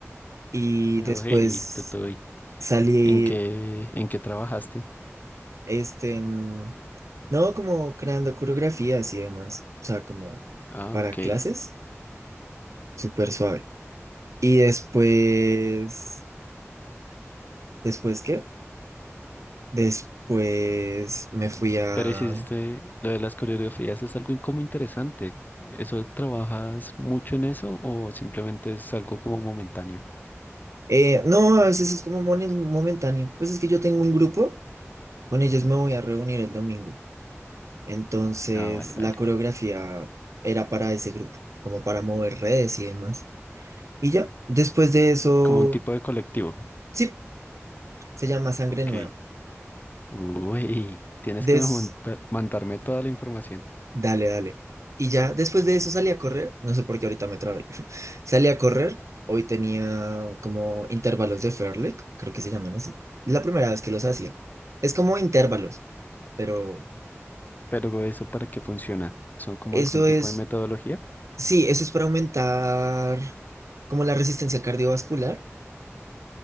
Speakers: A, on the right; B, on the left.
A: y
B: Hey,
A: después
B: tú, tú,
A: salí,
B: ¿en qué, en qué trabajaste?
A: este, mm, no, como creando coreografías y demás, o sea, como
B: Ah,
A: para
B: ok.
A: clases, súper suave. Y después, ¿después qué? Después me fui a...
B: Pero hiciste lo de las coreografías es algo como interesante. ¿Eso trabajas mucho en eso o simplemente es algo como momentáneo?
A: eh, no, a veces es como momen- momentáneo. Pues es que yo tengo un grupo, con ellos me voy a reunir el domingo. Entonces,
B: Ah, vale, vale.
A: la coreografía era para ese grupo, como para mover redes y demás. Y ya, después de eso,
B: Como un tipo de colectivo.
A: sí, se llama Sangre
B: Ok.
A: Nueva.
B: Uy, <laughs> tienes
A: Des,
B: que me monta- mandarme toda la información.
A: dale, dale. Y ya, después de eso salí a correr, no sé por qué ahorita me trabé. <laughs> Salí a correr, hoy tenía como intervalos de Fairlek, creo que se llaman así. La primera vez que los hacía. Es como intervalos, pero
B: Pero eso para qué funciona? ¿Son como
A: eso
B: algún tipo
A: es,
B: de metodología?
A: sí, eso es para aumentar como la resistencia cardiovascular